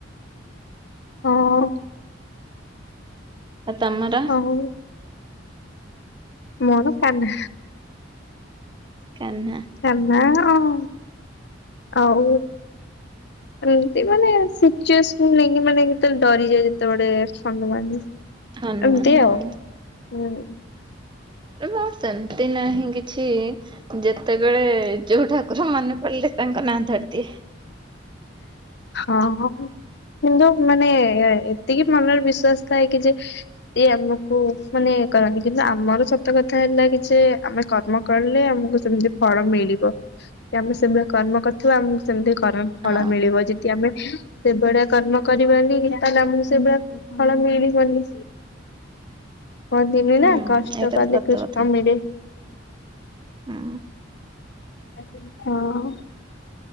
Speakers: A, on the left (about 60°); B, on the right (about 25°).
A: ହଁ।
B: ଆଉ ତମର?
A: ହଉ। ମୋର କାହ୍ନା।
B: କାହ୍ନା।
A: କାହ୍ନା ଆଉ ଆଉ ଏମତି ମାନେ ସିଚୁଏସନ ନେଇକି ମାନେ କେତେବେଳେ ଡରିଯାଏ ଯେତେବଳେ ହନୁମାନ
B: ହନୁମାନ
A: ଏମତି ଆଉ
B: ହଁ
A: ହୁଁ।
B: ଏ ମୋ ସେମତି ନାହିଁ କିଛି। ଯେତେବେଳେ ଯୋଉ ଠାକୁର ମନେ ପଡିଲେ ତାଙ୍କ ନାଁ ଧରଦିଏ।
A: ଉଁ ହଁ କିନ୍ତୁ ମାନେ ଏ-ଏତିକି ମନରେ ବିଶ୍ୱାସ ଥାଏ କି ଯେ ଏଇ ଆମକୁ ମାନେ କରନ୍ତି କିନ୍ତୁ ଆମର ସତ କଥା ହେଲା କି ଯେ ଆମେ କର୍ମ କଲେ ଆମକୁ ସେମତି ଫଳ ମିଳିବ କି ଆମେ ସେଭଳିଆ କର୍ମ କରିଥିବା ଆମକୁ ସେମତି ଫଳ
B: ହଁ
A: ମିଳିବ ଯଦି ଆମେ ସେଭଳିଆ କର୍ମ କରିବାନି ତାହେଲେ ମୁଁ ସେଭଳିଆ ଫଳ ମିଳିବନି। କୁହନ୍ତିନି
B: ହୁଁ
A: ନା କଷ୍ଟ
B: ଏଇଟା
A: କଲେ
B: ସତ
A: କୃଷ୍ଣ
B: କଥା
A: ମିଳେ।
B: ହୁଁ।
A: ହଁ।